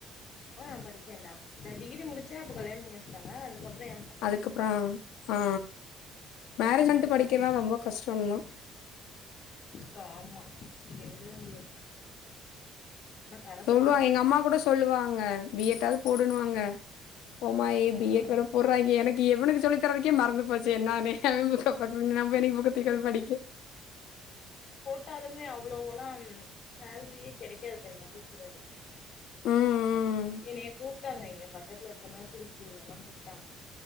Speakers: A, on the left; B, on the left.
A: ஆ படிச்சேன்டா நா டிகிரி முடிச்சே அப்ப கல்யாணோ பண்ணி வச்சுட்டாங்க அதுக்கப்புறோ எ
B: அதுக்கப்புறோ ஆ மேரேஜ் பண்ட்டு
A: ம்
B: படிக்கறதுலா ரொம்ப கஷ்டந்தா
A: டோ ஆமா எழுதவே முடியாது. நா கரஸ்ல
B: சொல்வாங்க
A: தா போட்டே
B: எங்க அம்மா கூட சொல்லுவாங்க பி எட் ஆவது போடுண்ணுவாங்க. போம்மா ஏ
A: ம்
B: பி எட் வேற போடுறாய்ங்க எனக்கு இவனுக்கு சொல்லி தர்றதுக்கே மறந்து போச்சு நானு எவே புக்க பாக்கறது நம்ப என்னைக்கி புக்க தூக்கியாந்து படிக்க
A: ட்டாலுமே அவ்ளோ எல்லாம் சேல்ரியே கெடைக் காது தெரியுமா டீச்சர் வேலைக்கி
B: ம்
A: என்னைய கூப்ட்டாங்க இங்க பக்கத்துல இருக்கற நர்சரி ஸ்கூல்ல எல்லாங் கூப்ட்டாங்க